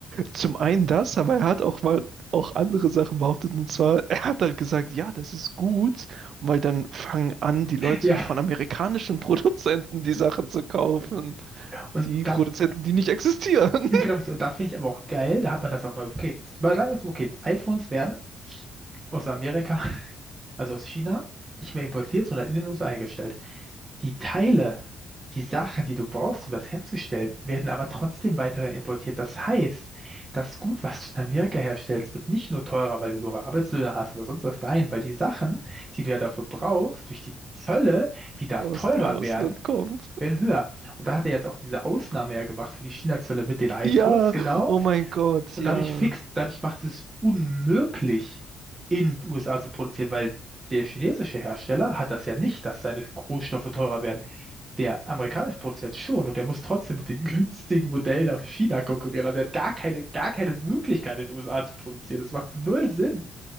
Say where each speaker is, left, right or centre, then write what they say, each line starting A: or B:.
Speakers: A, on the right (about 60°); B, on the right (about 20°).
A: Zum einen das, aber er hat auch mal auch andere Sachen behauptet. Und zwar, er hat halt gesagt, ja, das ist gut, weil dann fangen an, die Leute
B: Ja,
A: von amerikanischen <laughs> Produzenten die Sachen zu kaufen.
B: und
A: Die
B: da,
A: Produzenten, die nicht existieren,
B: genau, richtig. und da finde ich aber auch geil, da hat man das auch mal, okay, mal sagen wir es mal, okay, iPhones werden aus Amerika, <laughs> also aus China, nicht mehr importiert, sondern in den USA eingestellt. Die Teile, die Sachen, die du brauchst, um das herzustellen, werden aber trotzdem weiterhin importiert. Das heißt, das Gut, was du in Amerika herstellst, wird nicht nur teurer, weil du höhere Arbeitslöhne hast oder sonst was. Nein, weil die Sachen, die du ja dafür brauchst, durch die Zölle wieder
A: <laughs> aus
B: teurer
A: dem Ausland
B: werden,
A: kommen.
B: werden höher. Und da hat er jetzt auch diese Ausnahme ja gemacht für die China-Zölle mit den iPhones,
A: Ja,
B: genau.
A: oh mein Gott,
B: Und
A: ja.
B: dadurch fixt, dadurch macht es unmöglich, in den USA zu produzieren, weil der chinesische Hersteller hat das ja nicht, dass seine Rohstoffe teurer werden. Der amerikanische Produzent schon und der muss trotzdem mit den <laughs> günstigen Modellen aus China konkurrieren. Also er hat gar keine, gar keine Möglichkeit, in den USA zu produzieren. Das macht null Sinn.